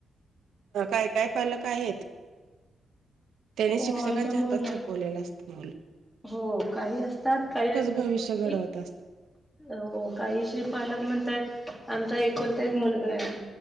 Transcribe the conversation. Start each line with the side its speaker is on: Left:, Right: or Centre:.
Right: ह काय काय पालक आहेत त्याने शिक्षकांच्या
Centre: हो आमच्या मुलं
Right: हातात सोपवलेलं असतं मुलं
Centre: हो काही असतात काही असतात
Right: भविष्य
Centre: गोष्टी
Right: घडवत असतात
Centre: हो काहीशी पालक म्हणतात आमचा एकलता एक मुलगा आहे